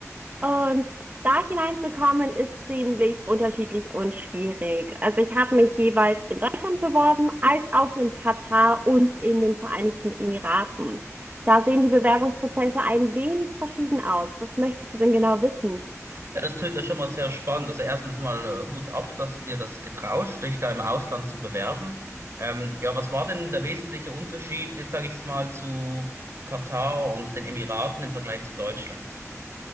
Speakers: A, on the right (about 30°); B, on the right (about 55°).
A: Und da hineinzukommen ist ziemlich unterschiedlich und schwierig. Also ich habe mich jeweils in Deutschland beworben, als auch in Katar und in den Vereinigten Emiraten. Da sehen die Bewerbungsprozesse ein wenig verschieden aus. Was möchtest du denn genau wissen?
B: Ja, das tönt ja schon mal sehr spannend. Also erstens mal äh, Hut ab, dass du dir das getraust, dich da im Ausland zu bewerben. Ähm, ja, was war denn der wesentliche Unterschied, jetzt sage ich es mal, zu Katar und den Emiraten im Vergleich zu Deutschland?